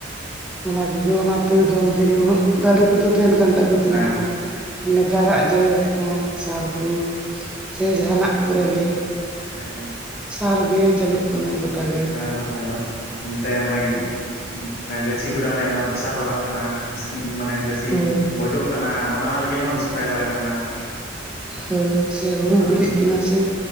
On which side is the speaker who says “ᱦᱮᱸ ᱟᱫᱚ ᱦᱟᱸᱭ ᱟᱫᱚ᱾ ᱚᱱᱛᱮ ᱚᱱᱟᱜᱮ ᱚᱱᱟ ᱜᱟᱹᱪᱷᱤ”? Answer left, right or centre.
Left